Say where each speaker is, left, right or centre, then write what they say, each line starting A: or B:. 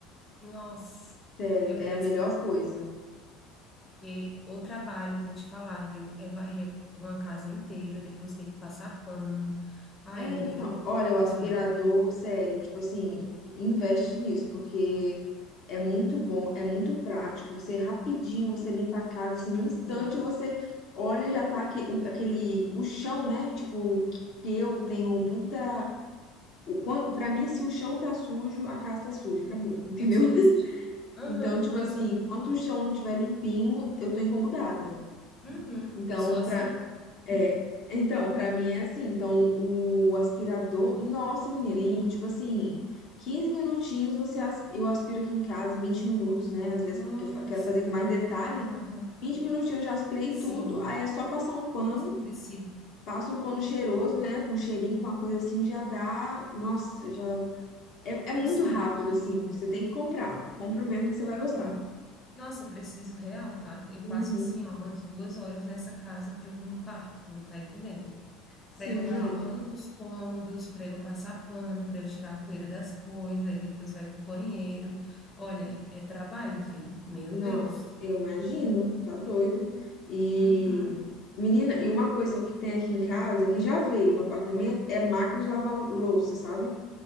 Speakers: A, on the left; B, on the left.
A: Nossa,
B: Sério,
A: eu
B: é
A: preciso,
B: a melhor coisa.
A: porque o trabalho, vou te falar, viu? É varrer uma casa inteira, depois ter que passar pano. Ai,
B: É,
A: eu,
B: então,
A: eu,
B: olha, o aspirador,
A: eu falei pra ele.
B: sério, tipo assim, investe nisso, porque é muito bom, é muito prático. Você rapidinho, você limpa a casa, assim, no
A: Uhum,
B: instante você olha, já tá aque- o- aquele, o chão, né? Tipo, que eu
A: sim,
B: tenho muita. o quan- Pra mim, se o chão tá sujo, a casa tá suja, acabou, entendeu?
A: eu sou
B: <laughs>
A: desse tipo. Aham,
B: Então, tipo assim,
A: eu sou desse
B: enquanto
A: tipo.
B: o chão não tiver limpinho, eu tô incomodada.
A: Uhum,
B: Então,
A: eu sou assim,
B: pra
A: tá?
B: É,
A: <laughs>
B: então, pra mim é assim. Então, o aspirador, nossa, menina, em tipo assim, 15 minutinhos você as- eu aspiro aqui em casa, 20 minutos, né? Às vezes
A: Nossa,
B: porque fa- quero fazer com mais detalhe.
A: aham,
B: vinte minutinhos eu já aspirei
A: sim.
B: tudo, aí é só passar um pano,
A: Nossa, preciso.
B: passa um pano cheiroso,
A: Não preciso.
B: né?
A: né?
B: Com cheirinho, com uma coisa assim, já dá. Nossa,
A: E
B: já. É, é muito
A: tu sabe
B: rápido,
A: que
B: assim. Você tem que comprar. Compra o mesmo que você vai
A: Uhum.
B: gostar.
A: Nossa, eu preciso real, tá? Eu
B: Uhum.
A: passo assim, ó, umas duas horas nessa casa para eu limpar, tu não tá entendendo?
B: Sim,
A: Para eu varrer
B: não.
A: todos os cômodos, para eu passar pano, para eu tirar a poeira das coisas, aí depois vai pro banheiro. Olha, é trabalho, viu? Meu
B: Não,
A: Deus.
B: eu imagino, tá doido. E,
A: Uhum.
B: menina, e uma coisa que tem aqui em casa, que já veio no apartamento, é máquina de lavar louça, sabe?